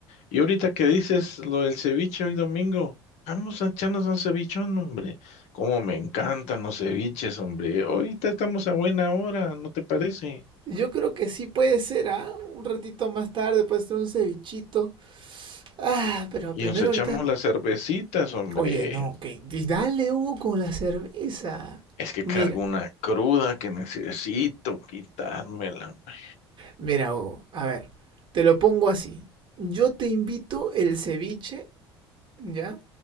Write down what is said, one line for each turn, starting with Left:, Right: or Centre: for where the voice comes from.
Left: Y ahorita que dices lo del ceviche hoy domingo, vamos a echarnos un cevichón, hombre. Cómo me encantan los ceviches, hombre. Ahorita estamos a buena hora, ¿no te parece?
Right: yo creo que sí puede ser, ¿ah? Un ratito más tarde puede ser un cevichito, ah, pero
Left: Y
Right: primero
Left: nos echamos
Right: ahorita
Left: las cervecitas, hombre.
Right: Oye, no, que y dale, Hugo, con la cerveza.
Left: Es que
Right: Mira,
Left: cargo una cruda que necesito quitármela. hombre.
Right: mira, Hugo, a ver, te lo pongo así. Yo te invito el ceviche, ¿ya?